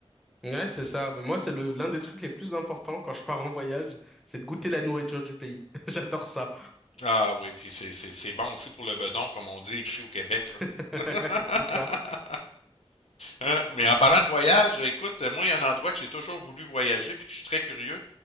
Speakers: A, in the centre; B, on the left (about 90°).
A: Ouais, c'est ça. Moi, c'est le l'un des trucs les plus importants quand je pars en voyage, c'est de goûter la nourriture du pays. <laughs> J'adore ça.
B: Ah oui, puis c'est c'est- c'est bon aussi pour le bedon, comme on dit ici au Québec,
A: <laughs>
B: là. <laughs>
A: C'est ça.
B: Hein, mais en parlant de voyage, écoute, moi, il y a un endroit que j'ai toujours voulu voyager puis que je suis très curieux,